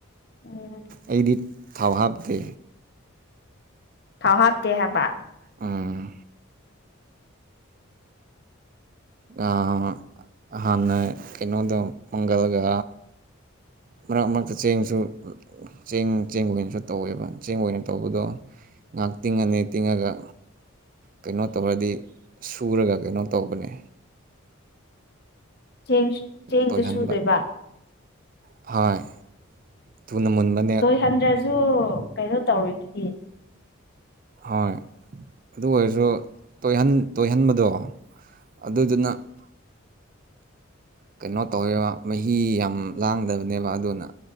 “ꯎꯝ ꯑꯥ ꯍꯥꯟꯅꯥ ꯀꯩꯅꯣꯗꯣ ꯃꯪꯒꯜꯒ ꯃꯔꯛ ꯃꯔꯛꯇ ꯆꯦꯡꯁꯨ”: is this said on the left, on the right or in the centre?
Right